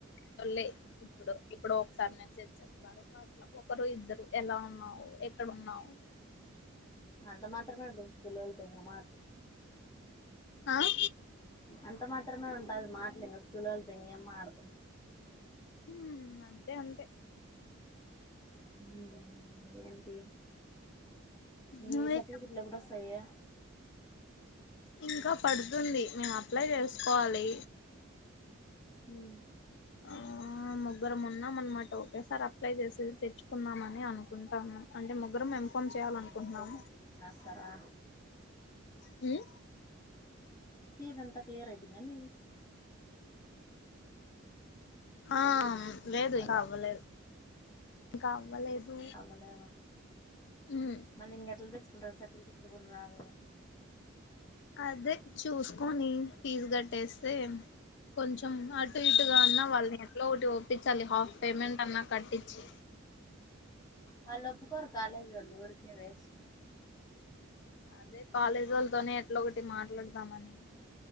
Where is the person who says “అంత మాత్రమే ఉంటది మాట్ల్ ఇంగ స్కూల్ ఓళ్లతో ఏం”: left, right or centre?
Left